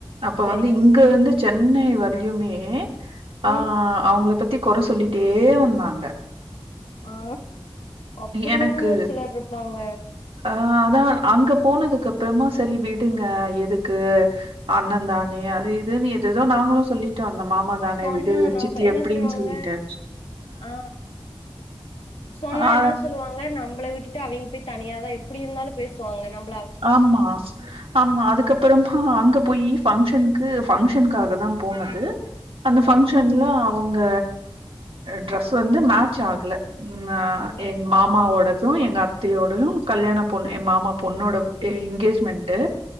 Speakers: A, on the right (about 75°); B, on the left (about 85°).
A: அப்ப
B: சரிங்கம்மா
A: வந்து இங்க இருந்து சென்னை வரையுமே ஆ
B: ம்
A: அவங்கள பத் தி கொர சொல்லி டே வந்தாங்க
B: ஆ அப்டிதாங்க
A: எனக்கு
B: ஒரு சிலர் இருப்பாங்க
A: ஆ அதா அங்க போனதுக்கு அப்புறமா சேரி விடுங்க எதுக்கு அண்ணந்தானே அது இதுன்னு எதெதோ நாங்களு சொல்லிட்டு வந்தோம் மாமா தானே
B: சொன்னா
A: விடு
B: நம்ப
A: சித்தி
B: என்ன
A: எப்டின்
B: சொல்லிருவாங்க
A: சொல்லிட்டு
B: ஆ சொன்னா
A: ஆ
B: என்ன சொல்லுவாங்க நம் நம்மள விட்டுட்டு அவிங் போய் தனியாதா எப்டி இருந்தாலு பேசுவாங்க நம்
A: ஆமா ஆமா அதுக்கப்புறமா அங்க போயி பங்க்ஷனுக்கு பங்க்ஷன்க்காக தான் போனது அந்த
B: ஓ
A: பங்க்ஷன்ல அவ அவங்க ட்ரெஸ் வந்து மேச் ஆகல உம் ஆ
B: ஓ
A: எங்க மாமா ஓடது அதுவும் எங்க அத்தையோடையும் கல்யாண பொண்ணு என் மாமா பொண்ணோட ஏ எங்கேஜ்மெண்ட் டு